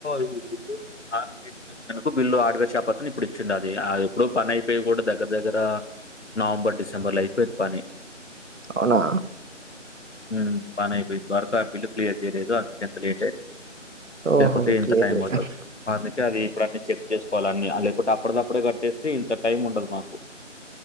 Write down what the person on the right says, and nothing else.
అవునా
ఓహో!
క్లియర్
క్లియర్.